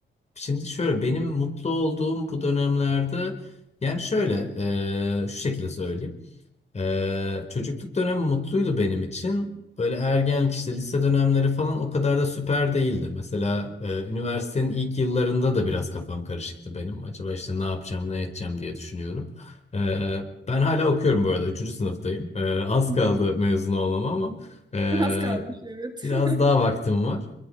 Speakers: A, on the left (about 35°); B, on the right (about 20°).
A: şimdi şöyle benim mutlu olduğum bu dönemlerde yani şöyle e, şu şekilde söyleyeyim. Ee, çocukluk dönemi mutluydu benim için. Böyle ergenlik işte lise dönemleri falan o kadar da süper değildi. Mesela e, üniversitenin ilk yıllarında da biraz kafam karışıktı benim. Acaba işte ne yapacağım, ne edeceğim diye düşünüyorum. Ee, ben hala okuyorum bu arada. Üçüncü sınıftayım. Ee, az
B: Hı
A: kaldı
B: hı.
A: mezun olmama ama e,
B: <laughs> Az kalmış evet.
A: biraz
B: <laughs>
A: daha vaktim var.